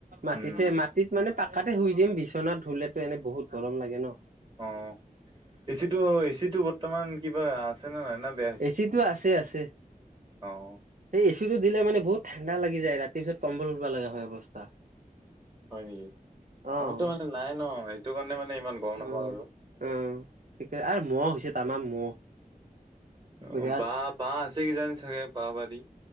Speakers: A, on the right; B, on the right.
A: মাটিতহে
B: উম,
A: মাটিত মানে পাকাতে শুই দিম বিচনাত শুলে এনে বহুত গৰম লাগে ন।
B: অ এচি টো এচি টো বৰ্তমান কিবা আছেনে নাই। না বেয়া হৈছে?
A: এচিটো আছে আছে
B: অ',
A: সে এচ এচিটো দিলে মানে বহুত ঠাণ্ডা লাগি যায় ৰাতিটোত কম্বল উবা লগা হয় অৱস্থা
B: হয় নেকি
A: অ',
B: আমাৰতো মানে নাই ন সেইটো কাৰণে মানে ইমান গম নাপাওঁ
A: অ
B: আৰু।
A: অ আৰু মহ হৈছে তামাম মহ বিৰাট
B: অ বা বা আছে কিজানি চাগে বাঁহ বাৰী